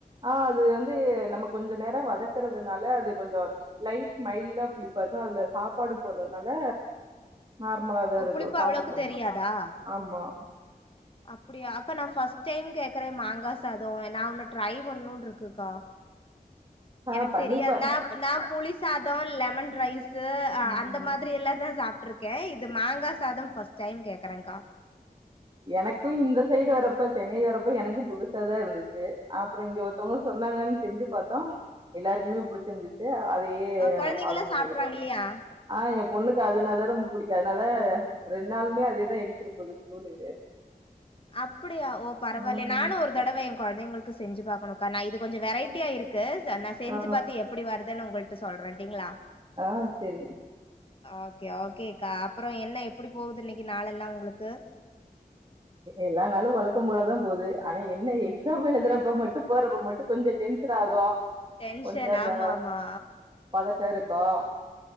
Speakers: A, on the right; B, on the left.
A: ஆ அது வந்து நம்ம கொஞ்ச நேர வதக்கறதுனால அது கொஞ்ச லைட் மைல்டா புலி பா இருக்கு அதுல சாப்பாடு போட்றனால நார்மலா தா
B: ஓ
A: இருக்கு
B: புளிப்பு
A: சாப்டு
B: அவ்ளோக்கு
A: பாங்க
B: தெரியாதா
A: ஆமா
B: அப்டியா அக்கா நா ஃபர்ஸ்ட் டைம் கேக்குற மாங்கா சாதோ எ நா ஒன்னு ட்ரை பண்ணுன்ருக்குக்கா
A: ஆ
B: எனக்கு
A: பண்ணிப்பேன்.
B: தெரியாது நா நா புளி சாதோ லெமன் ரைஸ் ஸூ
A: ம்.
B: அந்த மாதிரி எல்லாதையு சாப் ட்ருக்கே இது மாங்கா சாதம் ஃபஸ்ட் டைம் கேக்குறேங்கா
A: எனக்கு இந்த சைடு வரப்ப சென்னை வரப்ப எனக்கு புதுசா தா இருந்துச்சு அப்புறோ இங்க ஒருத்தவங்க சொ சொன்னாங்கன் செஞ்சு பாத்தா எல்லாருக்குமே புடிச்சிருந்துச்சு அதையே
B: அ
A: நாங்க
B: கொழந்தைங்கல்லா
A: ஃபாலோ பண்ணிக்கிட்டோ
B: சாப்டுறாங்க இல்லையா
A: ஆ எ பொண்ணுக்கு அதுனா தா ரொம்ப புடிக்கு அதனால ரெண் நாளுமே அதேதா எடுத்துடுபோது ஸ்கூலுக்கு
B: அப்டியா ஓ பரவாலயே
A: ம்.
B: நானு ஒரு தடவ எ கொழந்தைங்ளுக்கு செஞ்சு பாக்கணுகா நா இது கொஞ்ச வெரைட்டியா இருக்கு ச நா செஞ்சு
A: ஆ.
B: பாத்து எப்டி வருதுன்னு உங்கள் ட சொல்றன்டிங்களா
A: ஆ செரி
B: ஓகே ஓகே கா அப்புறௌ என்ன எப்படி போவுது இன்னிக்கி நாள் எல்லா உங்களுக்கு
A: எல்லா நாலு வழக்கம் போலதா போது ஆனா என்ன எக்ஸாம் எழுதுறப்ப மட்டு போறப்ப மட்டு கொஞ்ச டென்ஷன் ஆகு
B: டென்ஷன்
A: கொஞ்ச அந்த
B: ஆமா ஆமா
A: பதட்ட இருக்கு